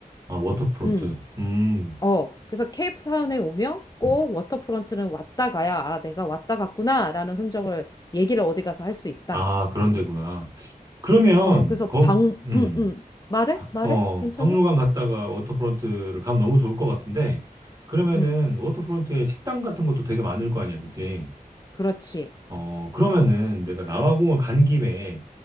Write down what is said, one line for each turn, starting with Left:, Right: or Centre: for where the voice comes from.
Right: 아, 워터프론트.
Left: 음,
Right: 음,
Left: 어. 그래서 케이프타운에 오면 꼭
Right: 음.
Left: 워터프론트는 왔다 가야, 아, 내가 왔다 갔구나, 라는 흔적을, 얘기를 어디 가서 할 수 있다.
Right: 아, 그런 데구나. 그러면,
Left: 어, 그래서
Right: 거,
Left: 방,
Right: 음,
Left: 음, 음. 말해?
Right: 박-
Left: 말해?
Right: 어,
Left: 괜찮아?
Right: 박물관 갔다가 워터프론트를 가면 너무 좋을 것 같은데, 그러면은,
Left: 음,
Right: 워터프론트에 식당 같은 것도 되게 많을 거 아니야, 그치?
Left: 그렇지.
Right: 어, 그러면은 내가 남아공을 간 김에